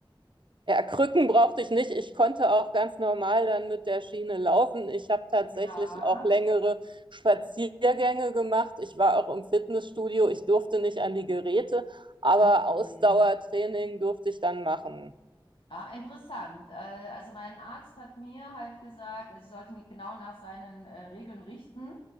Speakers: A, on the right; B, on the left.
A: Ja, Krücken brauchte ich nicht. Ich konnte auch ganz normal dann mit der Schiene laufen. Ich habe tatsächlich
B: Ja.
A: auch längere Spaziergänge gemacht. Ich war auch im Fitnessstudio. Ich durfte nicht an die Geräte, aber
B: Mhm.
A: Ausdauertraining durfte ich dann machen.
B: Ah, interessant. Äh, also mein Arzt hat mir halt gesagt, also ich sollte mich genau nach seinen äh, Regeln richten.